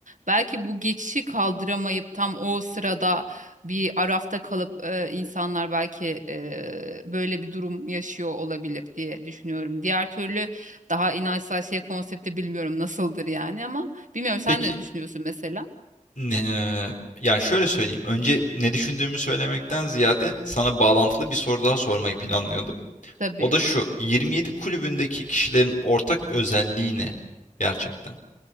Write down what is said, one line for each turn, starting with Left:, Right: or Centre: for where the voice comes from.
Right: Belki bu geçişi kaldıramayıp tam o sırada bir arafta kalıp eee, insanlar belki eee, böyle bir durum yaşıyor olabilir diye düşünüyorum. Diğer türlü daha inançsal şey konsepti bilmiyorum nasıldır yani ama bilmiyorum sen
Left: Peki,
Right: ne düşünüyorsun mesela?
Left: eee, yani, şöyle söyleyeyim, önce ne düşündüğümü söylemekten ziyade sana bağlantılı bir soru daha sormayı planlıyordum.
Right: Tabii
Left: O da şu, 27 kulübündeki kişilerin ortak özelliği ne gerçekten?